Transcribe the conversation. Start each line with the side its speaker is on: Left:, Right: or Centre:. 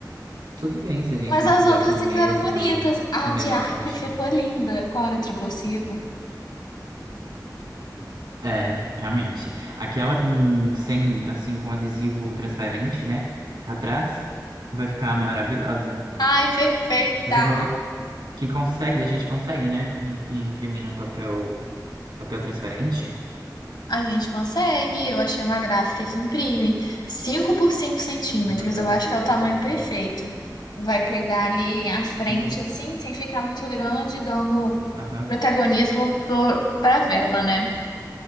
Right: Tudo bem se a gente
Left: Mas
Right: não
Left: as
Right: fizer
Left: outras
Right: com a mesma,
Left: ficaram bonitas. A
Right: a mesma
Left: de harp
Right: fonte
Left: ficou
Right: também.
Left: linda com a hora cursiva.
Right: É, realmente. Aquela com sem, assim, com adesivo transparente, né? Atrás, vai ficar maravilhosa.
Left: Ai, perfeita!
Right: Você falou que consegue, a gente consegue, né? im- Imprimir um papel, papel transparente?
Left: A gente consegue. Eu achei uma gráfica que imprime 5 por 5 centímetros.
Right: Um papel
Left: Eu
Right: adesivo
Left: acho que é o
Right: transparente.
Left: tamanho perfeito. Vai pegar ali a frente,
Right: cinco por 5.
Left: assim, sem ficar muito grande, dando
Right: Aham.
Left: protagonismo pro- pra vela, né?